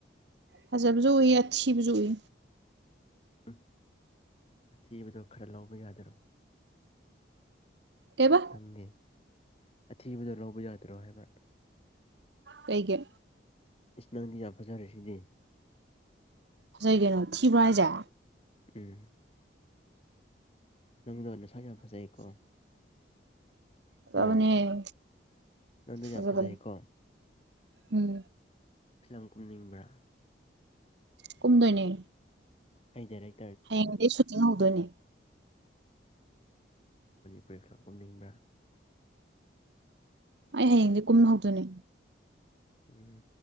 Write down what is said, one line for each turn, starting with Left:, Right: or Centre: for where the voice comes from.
Right: ꯍꯖꯕꯨꯁꯨꯏ ꯑꯊꯤꯕꯁꯨꯏ
Left: ꯎꯝ ꯃꯊꯤꯕꯗꯣ ꯈꯔ ꯂꯧꯕ ꯌꯥꯗꯔꯣ
Right: ꯀꯩꯕ
Left: ꯅꯪꯒꯤ ꯑꯊꯤꯕꯗꯣ ꯂꯧꯕ ꯌꯥꯗ꯭ꯔꯣ ꯍꯥꯏꯕ
Right: ꯀꯩꯒ
Left: ꯏꯁꯅꯥꯥꯡꯗꯤ ꯌꯥꯝ ꯐꯖꯥ ꯔꯁꯤꯗꯦ
Right: ꯍꯁꯥꯏ ꯀꯩꯅꯣ ꯊꯤꯕ꯭ꯔꯥ ꯍꯥꯏꯖ
Left: ꯎꯝ ꯅꯪꯗꯟꯅꯁꯥ ꯌꯥꯝ ꯐꯖꯩꯀꯣ
Right: ꯇꯕꯅꯤꯕꯅꯤ
Left: ꯀꯣ ꯅꯪꯗꯣ ꯌꯥꯝ ꯐꯖꯩꯀꯣ
Right: ꯎꯝ
Left: ꯐꯤꯂꯝ ꯀꯨꯝꯅꯤꯡꯕ꯭ꯔꯥ
Right: ꯀꯨꯝꯗꯣꯏꯅꯦ
Left: ꯍꯗꯔꯦ
Right: ꯍꯌꯦꯡꯗꯒꯤ ꯁꯨꯇꯤꯡ ꯍꯧꯗꯣꯏꯅꯦ
Left: ꯄ꯭ꯔꯤꯊ ꯀꯨꯝꯅꯤꯡꯕ꯭ꯔꯥ
Right: ꯑꯩ ꯍꯌꯦꯡꯁ ꯀꯨꯝ ꯍꯧꯗꯣꯏꯅꯤ
Left: ꯎꯝ